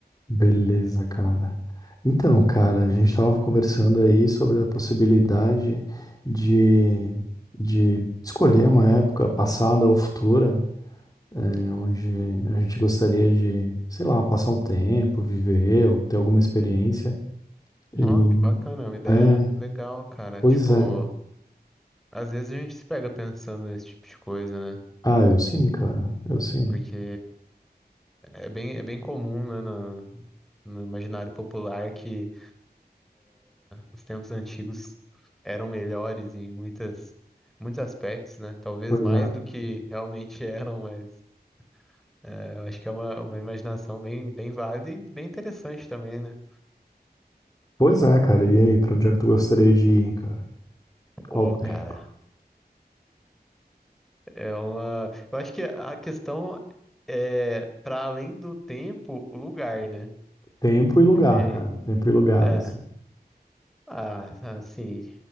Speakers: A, on the left; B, in the centre.
A: Beleza, cara. Então, cara, a gente tava conversando aí sobre a possibilidade de, de escolher uma época passada ou futura, eh, onde a gente gostaria de, sei lá, passar um tempo, viver ou ter alguma experiência. E
B: Ó, que bacana. Uma ideia
A: é,
B: legal, cara.
A: pois
B: Tipo,
A: é.
B: às vezes a gente se pega pensando nesse tipo de coisa, né?
A: Ah, eu sim, cara. Eu sim.
B: Porque. É bem, é bem comum, né, no, no imaginário popular que os tempos antigos eram melhores em muitas, muitos aspectos, né? Talvez
A: Pois
B: mais
A: é.
B: do que realmente eram, mas é, eu acho que é uma, uma imaginação bem, bem válida e bem interessante também, né?
A: Pois é, cara. E aí, pra onde é que tu gostaria de ir, cara?
B: Pô,
A: Qual tempo?
B: cara, é uma. Eu acho que a questão é para além do tempo, o lugar, né?
A: Tempo e lugar,
B: Porque.
A: cara. Tempo e lugar,
B: É.
A: assim.
B: Ah, assim,